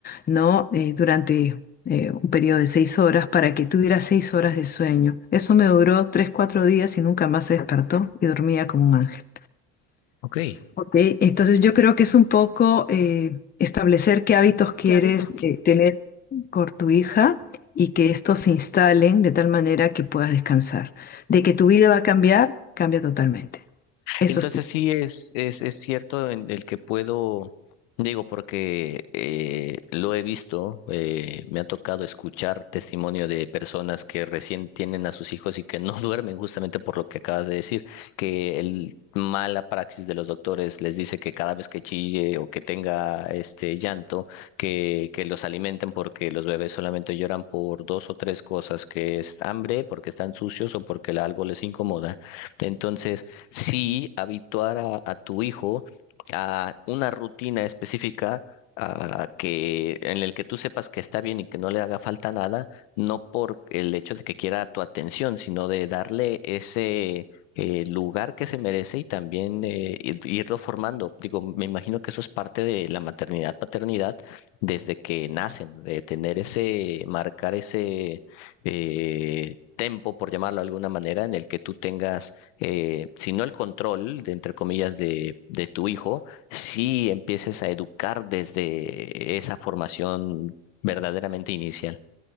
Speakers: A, on the left; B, on the left.
A: ¿no? Eh, durante eh, un periodo de seis horas para que tuviera seis horas de sueño. Eso me duró tres, cuatro días y nunca más se despertó y dormía como un ángel.
B: Ok.
A: Ok, entonces yo creo que es un poco eh, establecer qué hábitos quieres
B: Qué hábito
A: eh, tener con tu hija y que estos se instalen de tal manera que puedas descansar. De que tu vida va a cambiar, cambia totalmente. Eso
B: Entonces
A: sí.
B: sí es, es, es cierto en el que puedo, digo, porque eh, lo he visto, eh, me ha tocado escuchar testimonio de personas que recién tienen a sus hijos y que no <laughs> duermen justamente por lo que acabas de decir, que el mala praxis de los doctores les dice que cada vez que chille o que tenga este llanto, que, que los alimenten porque los bebés solamente lloran por dos o tres cosas, que es hambre, porque están sucios o porque algo les incomoda. Entonces sí habituar a, a tu hijo a una rutina específica a que, en el que tú sepas que está bien y que no le haga falta nada, no por el hecho de que quiera tu atención, sino de darle ese eh, lugar que se merece y también eh, ir- irlo formando. Digo, me imagino que eso es parte de la maternidad, paternidad, desde que nacen, de tener ese, marcar ese eh, tempo, por llamarlo de alguna manera, en el que tú tengas eh, si no el control, de, entre comillas, de, de tu hijo, si empieces a educar desde esa formación verdaderamente inicial.